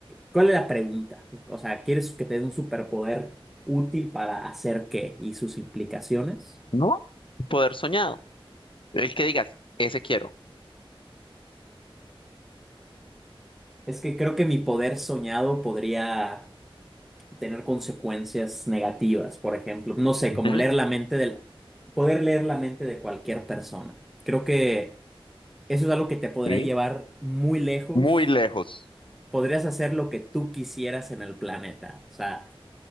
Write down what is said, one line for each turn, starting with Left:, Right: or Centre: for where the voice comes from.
Centre: ¿Cuál es la pregunta? O sea, ¿quieres que te dé un superpoder útil para hacer qué y sus implicaciones?
Left: ¿No? Poder soñado. El que digas, ese quiero.
Centre: Es que creo que mi poder soñado podría tener consecuencias negativas, por ejemplo, no sé,
Left: Ujú,
Centre: como leer la mente del, poder leer la mente de cualquier persona. Creo que eso es algo que te podría
Left: Sí.
Centre: llevar muy lejos.
Left: Muy lejos.
Centre: Podrías hacer lo que tú quisieras en el planeta. O sea,